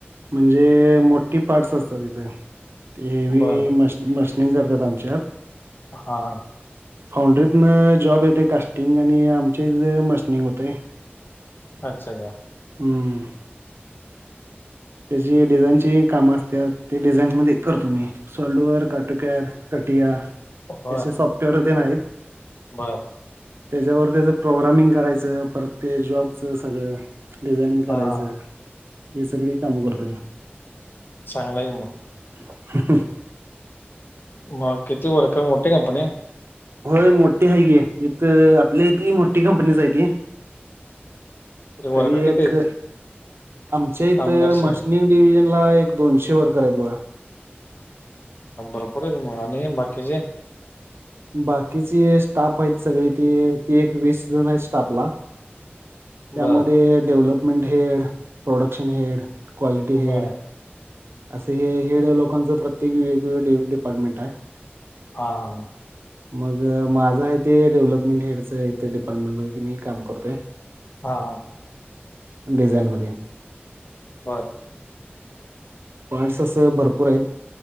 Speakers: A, on the right; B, on the left.
A: म्हणजे मोठी पार्टस असतात तिथ. हेवी
B: बर
A: मश मसनींग करतात. आमच्यात.
B: हा हा.
A: फाउंड्रीतन जॉब येते. कास्टिंग आणि आमच्या इथ मशिनिंग होते. ते.
B: अच्छा का?
A: हम्म. त्याची डिझाईनची कामं असतात. ते डिझाईनमध्ये करतो मी. सलडवअर, काटोकॅर, कटिया.
B: होय
A: असे सॉफ्टवेअर तेन आहेत.
B: बर
A: त्याच्यावर त्याच प्रोग्रामिंग करायचं. परत ते जॉबच सगळं. डिझाइनिंग करायचं.
B: हा हा
A: हे सगळी काम करतो मी.
B: चांगलाय की मग.
A: <unintelligible>
B: मग किती वर्कर. मोठी कंपनीये.
A: होय मोठी हाय की. इथ आपल्या इथे मोठी कंपनीच आहे ती.
B: वर्कर
A: तरी
B: किती
A: एक.
B: आहेत
A: आमच्या इथ
B: कामगार सगळे
A: मशनी डिव्हिजन ला. एक दोनशे वर्कर आहेत बघा.
B: भरपूरे की म. आणि बाकीचे.
A: बाकीची स्टाफ आहेत. सगळी ती. ती एक वीस जण आहेत स्टाफला. त्यामध्ये,
B: बर
A: development head. Production head. Quality हेड.
B: बर
A: असे हेड लोकांचं. प्रत्येक वेगवेगळे डिपार्टमेंट आहे.
B: हा हा ह.
A: ह <inaudible> मग माझं आहे ते. डेव्हलपमेंट हेडच आहे. डिपार्टमेंट मध्ये. मी काम करतोय.
B: हा हा.
A: डिझानमध्ये.
B: बरं.
A: पार्ट्स असं भरपूर आहेत.